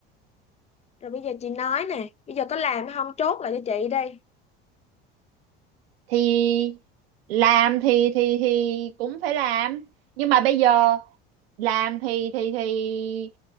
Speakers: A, on the left; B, on the right.
A: rồi bây giờ chị nói nè bây giờ có làm hay không chốt lại cho chị đi
B: thì làm thì thì thì cũng phải làm nhưng mà bây giờ làm thì thì thì